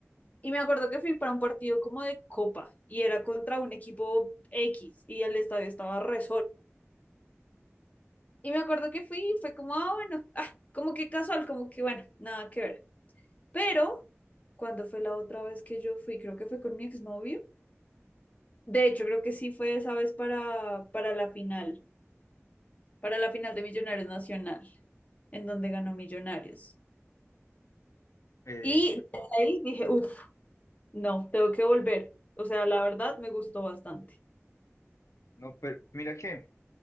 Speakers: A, on the left; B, on the left.
A: y me acuerdo que fui para un partido como de Copa y era contra un equipo X y el estadio estaba re Y me acuerdo que fui y fue como, ah, bueno, ah, como que casual, como que bueno, nada que ver. Pero cuando fue la otra vez que yo fui, creo que fue con mi exnovio. De hecho, creo que sí fue esa vez para, para la final, para la final de Millonarios Nacional, en donde ganó Millonarios.
B: eh,
A: Y desde ahí dije, uff, no, tengo que volver. O sea, la verdad me gustó bastante.
B: no, pero mira que